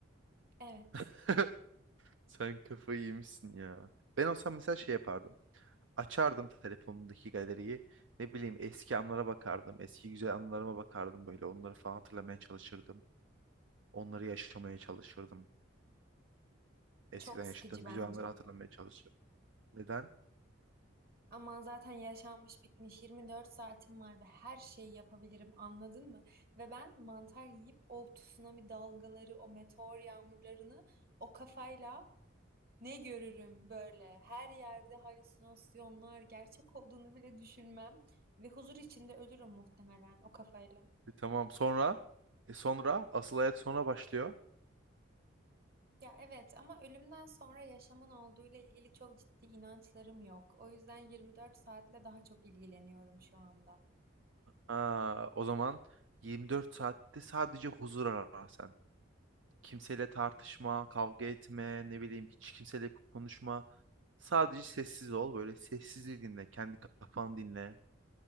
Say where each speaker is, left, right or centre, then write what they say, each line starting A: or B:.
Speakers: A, on the right; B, on the right.
A: Evet.
B: <laughs> Sen kafayı yemişsin ya. Ben olsam mesela şey yapardım. Açardım telefonumdaki galeriyi. Ne bileyim eski anlara bakardım. Eski güzel anılarıma bakardım böyle. Onları falan hatırlamaya çalışırdım. Onları yaşamaya çalışırdım. Eskiden
A: Çok sıkıcı
B: yaşadığım
A: bence.
B: güzel anları hatırlamaya çalışırdım. Neden?
A: Ama zaten yaşanmış bitmiş 24 saatim var ve her şeyi yapabilirim anladın mı? Ve ben mantar yiyip o tsunami dalgaları, o meteor yağmurlarını o kafayla Ne görürüm böyle. Her yerde halüsinasyonlar gerçek olduğunu bile düşünmem ve huzur içinde ölürüm muhtemelen o kafayla.
B: E, tamam sonra e, sonra asıl hayat sonra başlıyor.
A: Ya evet ama ölümden sonra yaşamın olduğuyla ilgili çok ciddi inançlarım yok. O yüzden 24 saatle daha çok ilgileniyorum şu anda.
B: Aa, o zaman 24 saatte sadece huzur ara sen. Kimseyle tartışma, kavga etme, ne bileyim hiç kimseyle konuşma. Sadece sessiz ol. Böyle sessizliği dinle. Kendi kafanı dinle.